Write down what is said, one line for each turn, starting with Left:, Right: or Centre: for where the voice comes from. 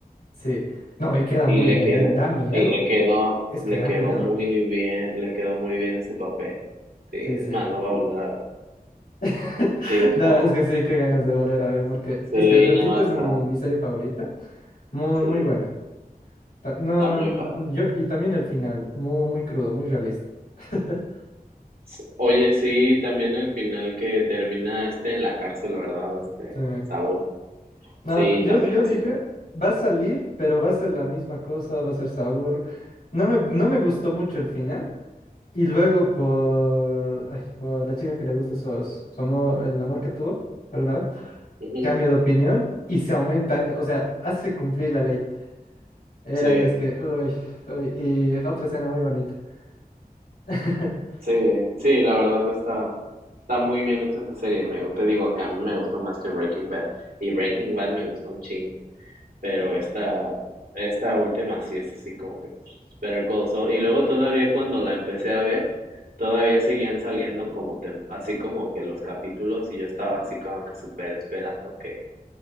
Left: Sí, no, y queda
Right: y
Left: muy
Right: le
Left: bien,
Right: quedó
Left: da miedo,
Right: y le quedó
Left: es
Right: le
Left: que da
Right: quedó
Left: miedo,
Right: muy bien, le quedó muy bien ese papel. Sí,
Left: sí, sí.
Right: es más, la voy a volver a ver.
Left: <laughs>
Right: Sí, está.
Left: No, es que sí, qué ganas de volver a ver, porque
Right: Sí,
Left: es que, repito,
Right: no,
Left: es
Right: está.
Left: mi, mi serie favorita, muy,
Right: Sí,
Left: muy buena. Ta- No,
Right: está muy
Left: n-
Right: padre.
Left: yo, y también el final, muy, muy crudo, muy realista. <laughs>
Right: S- Oye, sí, también el final que termina este en la cárcel, ¿verdad? Este,
Left: Sí.
Right: Saúl.
Left: No,
Right: Sí,
Left: yo,
Right: también
Left: yo
Right: así
Left: dije,
Right: co-
Left: va a salir, pero va a ser la misma cosa, va a ser sabor. No me, no me gustó mucho el final. Y luego por, ay, por la chica que le gusta su, su amor, el amor que tuvo alguna vez.
Right: Ujú,
Left: cambia de opinión y se aumenta años, o sea, hace cumplir la ley. Era
Right: Sí,
Left: de es que, uy, uy, y otra escena muy bonita. <laughs>
Right: sí, eh, sí, la verdad está, está muy bien hecha esa serie. Me, te digo, que a mí me gustó más que Breaking Bad. Y Breaking Bad me gustó un chingo. Pero esta, esta última sí es así como que pues, Better Call Saul. Y luego todavía cuando la empecé a ver, todavía seguían saliendo como tem- así como que los capítulos y yo estaba así como que súper esperando que,